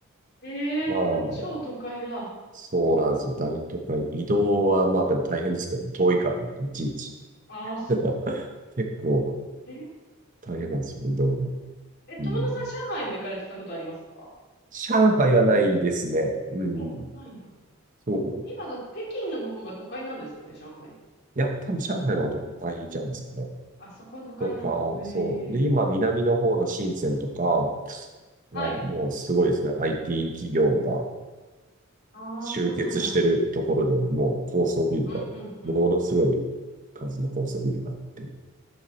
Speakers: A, on the left; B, on the right.
A: ええ、
B: まあ、
A: 超都会だ。
B: そうなんですよ。大都会。移動は、まあでも大変ですけどね。遠いからなんかいちいち。
A: ああ、そ
B: <laughs> 結構
A: えー、
B: 大変なんですよ、移動が。
A: え、友野さん、
B: うん。
A: 上海も行かれたことありますか
B: 上海はないですね。うん。
A: お、ないんだ。
B: そう。
A: 今だ、北京の方が都会なんですかね、上海。
B: いや、多分上海の方が大会じゃないですかね。
A: あそこは都会なんだ。
B: とか、
A: へえ。
B: そう。で、今、南の方の深センとか、
A: はい。
B: あもうすごいですね。IT 企業が
A: ああ、
B: 集結してるところで、
A: そうなんだ。
B: もう高層ビルが、
A: うんうんうん。
B: ものすごい数の高層ビルがあって、